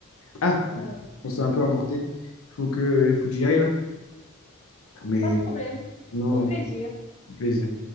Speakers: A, on the left; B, on the left.
A: Ah,
B: ah ouais.
A: on s'est un peu emporté. Il faut que, faut que j'y aille là. Mais
B: Pas de problème.
A: sinon,
B: Au plaisir.
A: plaisir.